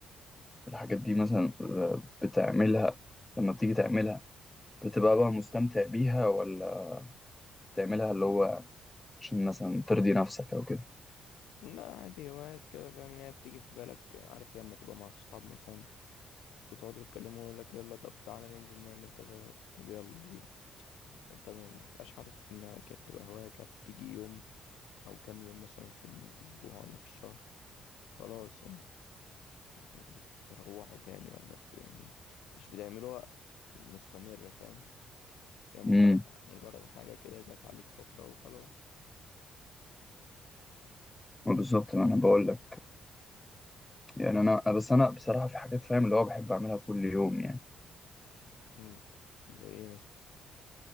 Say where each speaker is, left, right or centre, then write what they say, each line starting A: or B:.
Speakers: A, on the left; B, on the left.
A: الحاجات دي مثلا آه، بتعملها لما بتيجي تعملها بتبقى بقى مستمتع بيها ولا بتعملها اللي هو عشان مثلا ترضي نفسك او كده
B: لا عادي هوايات كده فاهم اللي هي بتيجي في بالك عارف لما تبقى مع الصحاب مثلا وتقعدوا تتكلموا ويقول لك يلا طب تعالى ننزل نعمل كذا طب يلا بينا انت ما بيبقاش حاطط في دماغك هي بتبقى هواية كده بتيجي يوم او كام يوم مثلا في الاسبوع ولا في الشهر خلاص يعني ب- بتروحوا تاني ولا بت... يعني مش بتعملوها مستمرة فاهم يعني مجرد
A: امم
B: مجرد حاجة كده جت عليك فترة وخلاص
A: بالظبط ما انا بقول لك يعني انا بس انا بصراحه في حاجات فاهم اللي هو بحب اعملها كل يوم يعني
B: امم زي ايه مثلا